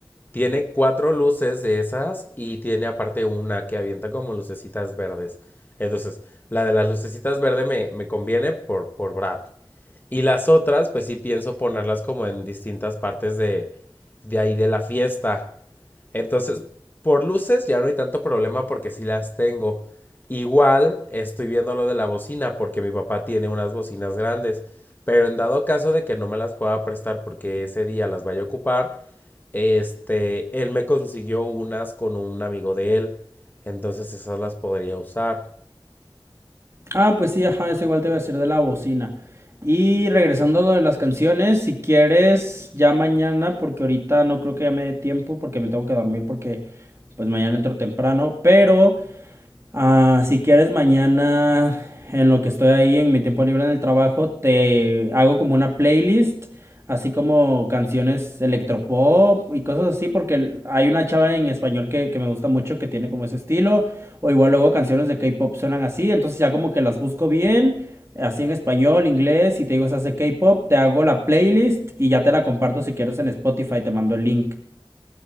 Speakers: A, on the left; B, on the right.
A: Tiene cuatro luces de esas y tiene aparte una que avienta como lucecitas verdes. Entonces, la de las lucecitas verdes me, me conviene por, por Brad. Y las otras, pues sí pienso ponerlas como en distintas partes de, de ahí de la fiesta. Entonces, por luces ya no hay tanto problema porque sí las tengo. Igual estoy viendo lo de la bocina porque mi papá tiene unas bocinas grandes. Pero en dado caso de que no me las pueda prestar porque ese día las vaya a ocupar, este, él me consiguió unas con un amigo de él. Entonces esas las podría usar.
B: Ah, pues sí, ajá, eso igual te iba a decir de la bocina. Y regresando a lo de las canciones, si quieres, ya mañana, porque ahorita no creo que ya me dé tiempo, porque me tengo que dormir, porque pues mañana entro temprano, pero Ah, si quieres, mañana, en lo que estoy ahí, en mi tiempo libre en el trabajo, te hago como una playlist, así como canciones electropop y cosas así, porque hay una chava en español que, que me gusta mucho que tiene como ese estilo, o igual luego canciones de K-pop suenan así, entonces ya como que las busco bien, así en español, inglés, y te digo esas de K-pop, te hago la playlist y ya te la comparto si quieres en Spotify, te mando el link.